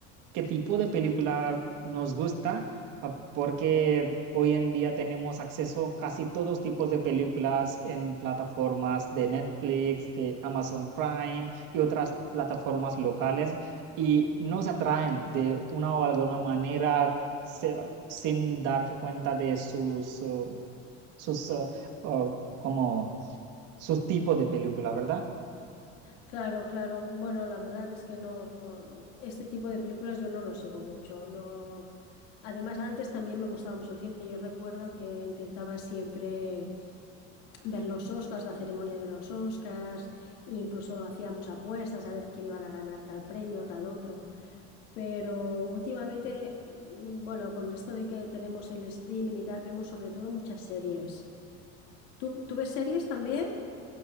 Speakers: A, on the right; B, on the left.
A: qué tipo de película nos gusta, ah, porque hoy en día tenemos acceso a casi todos tipos de películas en plataformas de Netflix, de Amazon Prime y otras plataformas locales y nos atraen de una o alguna manera se- sin darse cuenta de sus, uh, sus uh, uh, como sus tipos de película, ¿verdad?
B: Claro, claro. Bueno, la verdad es que no, este tipo de películas yo no lo sigo mucho. No. Además, antes también me gustaba mucho el cine. Yo recuerdo que intentaba siempre. ver los Oscars, la ceremonia de los Oscars, e incluso hacíamos apuestas a ver quién iban a ganar tal premio, tal otro. Pero últimamente, mm, bueno, con esto de que tenemos el streaming y tal, vemos sobre todo muchas series. ¿Tú, tú ves series también?